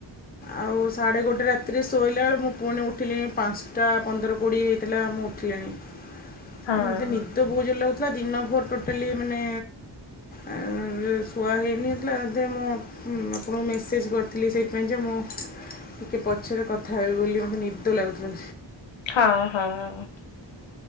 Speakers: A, on the left; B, on the left.
A: ଆଉ ସାଢ଼େ ଗୋଟେ ରାତିରେ ଶୋଇଲା ବେଳେ ମୁଁ ପୁଣି ଉଠିଲିଣି ପାଞ୍ଚଟା ପନ୍ଦର କୋଡ଼ିଏ ହେଇଥିଲା ମୁଁ ଉଠିଲିଣି।
B: ହଁ।
A: ଆ ମତେ ନିଦ ବହୁତ ଜୋର ଲାଗୁଥିଲା ଦିନ ଭର ଟୋଟାଲି ମାନେ ଆ ଶୁଆ ହେଇନିଥିଲା ଏଥି ମୁଁ ଆପଣଙ୍କୁ ମେସେଜ କରିଥିଲି ସେଇଥିପାଇଁ। ଯେ ମୁଁ ଟିକିଏ ପଛରେ କଥା ହେବି ବୋଲି ମୋତେ ନିଦ ଲାଗୁଥିଲା।
B: ହଁ ହଁ